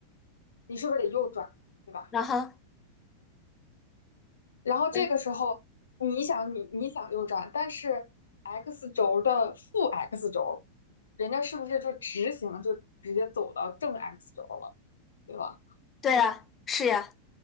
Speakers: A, on the left (about 70°); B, on the left (about 25°).
A: 你是不是得右转，对吧？
B: 啊哈，
A: 然后这个时候你想你你想右转，
B: 对
A: 但是 X 轴的负 X 轴，人家是不是就直行就直接走到正 X 轴了，对吧？
B: 对啊，是呀。